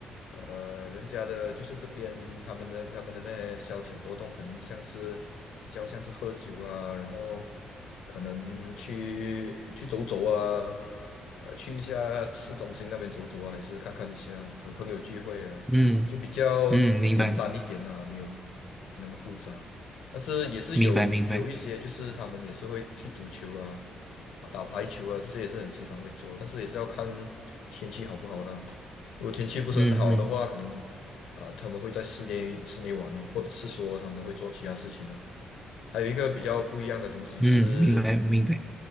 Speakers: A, on the left; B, in the centre.
A: 呃，人家的就是这边他们的他们的那些消遣活动，可能像是比较像是喝酒啊，然后可能去去走走啊，呃，去一下市中心那边走走啊，还是看看一下和朋友聚会啊，
B: 嗯
A: 就比较简单一点啊，
B: 嗯，明白
A: 没有没那么复杂。但是也是有有一些，
B: 明白明白，
A: 就是他们也是会踢足球啊，啊打排球啊，这些也是很时常会做，但是也是要看天气好不好啦。如果天气不是很好的话，
B: 嗯嗯
A: 可能啊、呃他们会在室内室内玩哦，或者是说他们会做其他事情啊。还有一个比较不一样的东西是，
B: 嗯，明白明白。